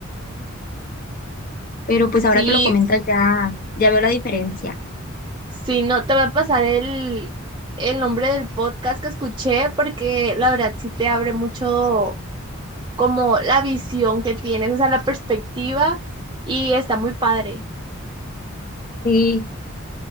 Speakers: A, on the left; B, on the right.
A: Pero
B: Sí,
A: pues ahora que lo comentas ya, ya veo la diferencia.
B: sí, no, te voy a pasar el, el nombre del podcast que escuché porque la verdad sí te abre mucho como la visión que tienes, o sea, la perspectiva y está muy padre.
A: Sí.